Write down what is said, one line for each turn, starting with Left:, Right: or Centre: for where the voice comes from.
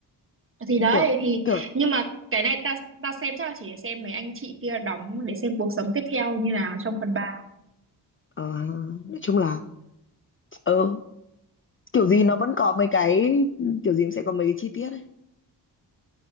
Right: thì đấy
Left: kiểu
Right: thì
Left: Kiểu
Right: nhưng mà cái này ta ta xem chắc là chỉ để xem mấy anh chị kia đóng để xem cuộc sống tiếp theo như nào trong phần ba
Left: Ờ, nói chung là ờ, kiểu gì nó vẫn có mấy cái kiểu gì cũng sẽ có mấy cái chi tiết ấy